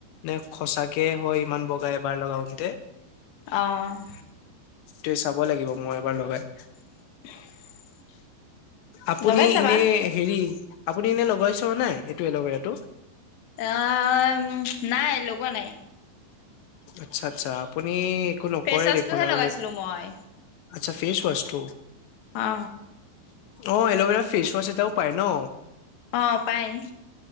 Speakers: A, on the left; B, on the left.
A: নে সচাকে হয় ইমান বগা এবাৰ লগাওঁতে?
B: অঁ।
A: ত চাব লাগিব মই এবাৰ লগাই।
B: <unintelligible>
A: আপুনি
B: লগাই চাবা
A: ইনে হেৰি আপুনি এনে লগাই ছোৱা নাই? এইটো এল'ভেৰাটো।
B: <unintelligible> নাই লগোৱা নাই।
A: আচ্ছা আচ্ছা আপুনি একো নকৰে
B: ফেচ ৱাছটোহে
A: দেখোন আৰু
B: লগাইছিলো
A: মে
B: মই
A: আচ্ছা ফেচৱাছটো
B: অ
A: অ এল'ভেৰা ফেচৱাছ এটাও পায় ন
B: অ পায়